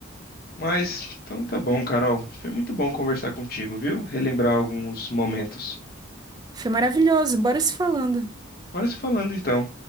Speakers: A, on the left; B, on the right.
A: Mas então tá bom, Carol. Foi muito bom conversar contigo, viu? Relembrar alguns momentos.
B: Foi maravilhoso, bora se falando.
A: Bora se falando então.